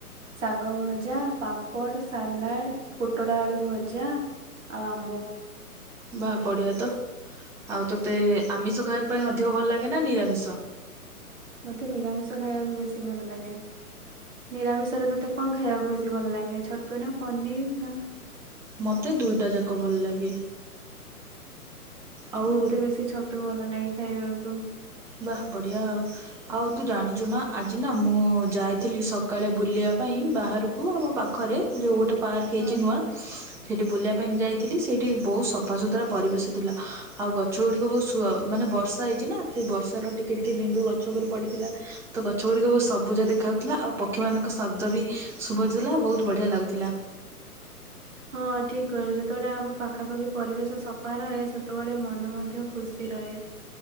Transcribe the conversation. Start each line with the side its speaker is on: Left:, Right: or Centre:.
Right: ଶାଗ ଭଜା ପାମ୍ପଡ ସାଲାଡ ପୋଟଳ ଆଳୁ ଭଜା ଆଉ ଆମ୍ବୋ
Centre: ବାହା ପଡ଼ିଆ ତ ଆଉ ତୋତେ ଆମିଷ ଖାଇବାକୁ ପାଇଁ ଅଧିକ ଭଲ ଲାଗେ ନା ନିରାମିଷ
Right: ମତେ ନିରାମିଷ ଖାଇବାକୁ ବେଶି ଭଲ ଲାଗେ ନିରାମିଷ ରେ ତୋତେ କଣ ଖାଇବାକୁ ବେଶୀ ବେଶ ଭଲ ଲାଗେ ଛତୁ ନା ପନିର ନା
Centre: ମୋତେ ଦୁଇଟା ଯାକ ଭଲ ଲାଗେ ଆଉ
Right: ମତେ ବେଶୀ ଛତୁ ଭଲ ଲାଗେ ଖାଇବାକୁ
Centre: ବା ବଢିଆ ଆ ଆଉ ତୁ ଜାଣିଛୁ ନା ଆଜି ନା ମୁଁ ଯାଇଥିଲି ସକାଳେ ବୁଲିବା ପାଇଁ ବାହାରକୁ ଆମ ପାଖରେ ଯୋଉ ଗୋଟେ ପାର୍କ ହେଇଛି
Right: ହଁ।
Centre: ନୂଆ ସେଇଠି ବୁଲିବା ପାଇଁ ଯାଇଥିଲି ସେଇଠି ବୋହୁତ ସଫା ସୁୁତୁରା ପରିବେଶ ଥିଲା, ଆଉ ଗଛ ଗୁଡିକ ବୋହୁତ ମାନେ ବର୍ଷା ହେଇଛି ନା। ସେଇ ବର୍ଷ ର ଟିକେ ଟିକେ ବିନ୍ଦୁ ଗଛ ଉପରେ ପଡିଥିଲା ତ ଗଛ ଗୁଡିକ ସବୁଜା ଦେଖା ହୋଉଥିଲା, ଆଉ ପକ୍ଷୀ ମାନଙ୍କ ଶବ୍ଦ ବି ଶୁଭଜ ଥିଲା ବୋହୁତ ବଢିଆ ଲାଗୁଥିଲା।
Right: <inaudible> ହଁ ଠିକ କହିଲୁ ଯେତେବେଳେ ଆମ ପାଖାପାଖି ପରିବେଶ ସଫା ରହେ ସେତେବେଳେ ମନ ମଧ୍ୟ ଖୁସି ରହେ,